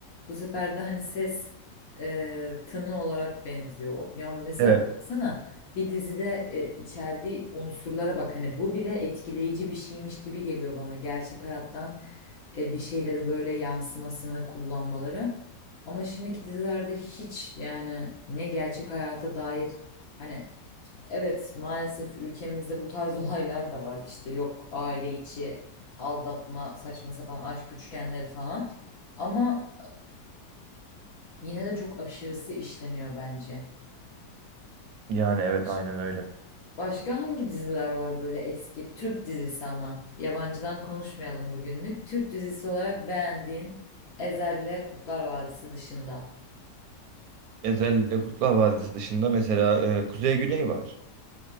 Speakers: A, on the left; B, on the right.
A: Bu sefer de hani ses e, tını olarak benziyor. O- Ya mesela
B: Evet.
A: baksana bir dizide e, içerdiği unsurlara bak hani bu bile etkileyici bir şeymiş gibi geliyor bana. Gerçek hayattan e, bir şeyleri böyle yansımasını kullanmaları. Ama şimdiki dizilerde hiç yani ne gerçek hayata dair hani evet maalesef ülkemizde bu tarz <laughs> olaylar da var. İşte yok aile içi aldatma, saçma sapan aşk üçgenleri falan. Ama Yine de çok aşırısı işleniyor bence.
B: Yani evet
A: Baş-
B: aynen öyle.
A: Başka hangi diziler var böyle eski Türk dizisi ama yabancıdan konuşmayalım bugünlük. Türk dizisi olarak beğendiğin Ezel'le Kurtlar Vadisi dışında.
B: Özellikle Kurtlar Vadisi dışında mesela e, Kuzey Güney var.